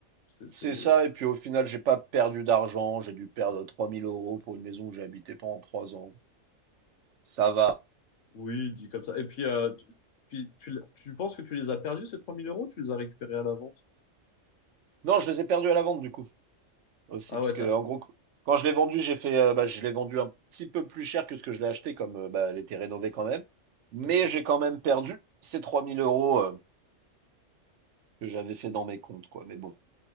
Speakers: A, on the left; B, on the right.
A: c'est, c'est...
B: C'est ça, et puis au final, j'ai pas perdu d'argent, j'ai dû perdre 3000 euros pour une maison où j'ai habité pendant trois ans. Ça va.
A: Oui, dit comme ça. Et puis, euh, tu, puis tu, tu penses que tu les as perdus, ces 3000 euros, ou tu les as récupérés à la vente?
B: Non, je les ai perdus à la vente, du coup, aussi,
A: Ah
B: parce
A: ouais,
B: que,
A: t'as.
B: en gros, quand je l'ai vendu, j'ai fait, euh, bah, je l'ai vendu un petit peu plus cher que ce que je l'ai acheté, comme, euh, bah, elle était rénovée quand même. Mais
A: D'accord.
B: j'ai quand même perdu ces 3000 euros, euh, que j'avais fait dans mes comptes, quoi. Mais bon,